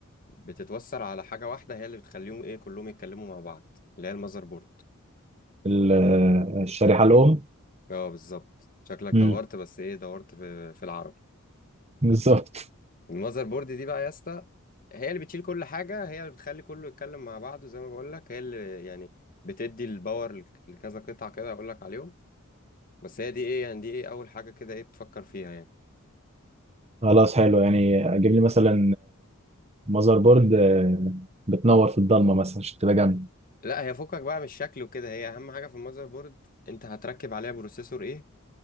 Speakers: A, on the left; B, on the right.
A: بتتوصل على حاجه واحده هي اللي بتخليهم ايه كلهم يتكلموا مع بعض اللي هي المذر بورد
B: ال- الشريحة الأم
A: اه بالظبط شكلك
B: مم.
A: دورت بس ايه دورت في في العرب
B: بالظبط
A: المذر بورد دي بقى يا اسطى هي اللي بتشيل كل حاجة هي اللي بتخلي كله يتكلم مع بعضه زي ما بقول لك هي اللي يعني بتدي الباور لك- لكذا قطعة كده هقول لك عليهم بس هي دي ايه يعني دي ايه اول حاجة كده ايه بتفكر فيها يعني
B: خلاص حلو يعني أجيب لي مثلا ماذر بورد آه، بتنور في الضلمة مثلا عشان تبقى جنبي
A: لا هي فكك بقى من الشكل وكده هي اهم حاجة في المذر بورد انت هتركب عليها بروسيسور ايه